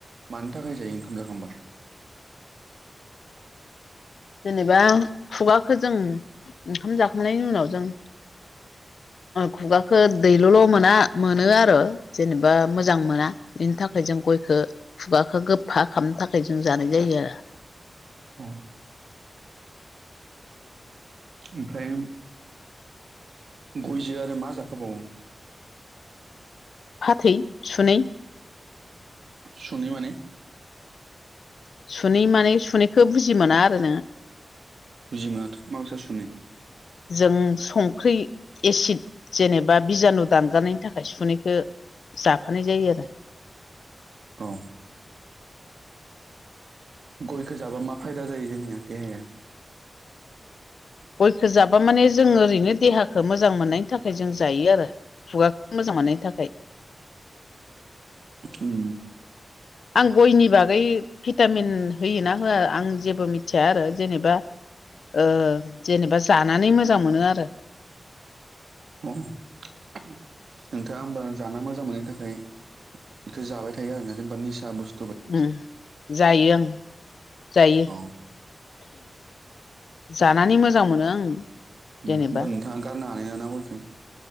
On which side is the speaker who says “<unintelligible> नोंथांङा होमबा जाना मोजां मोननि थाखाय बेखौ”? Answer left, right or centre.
Right